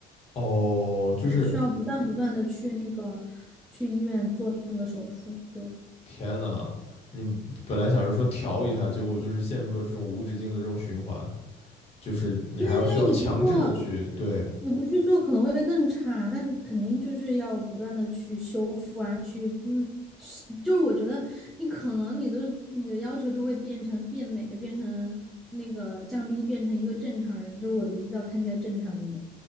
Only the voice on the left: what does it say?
哦，就是
天呐，你本来想着说调一下，结果就是陷入了这种无止境的这种循环，就是你还要需要强制的去对，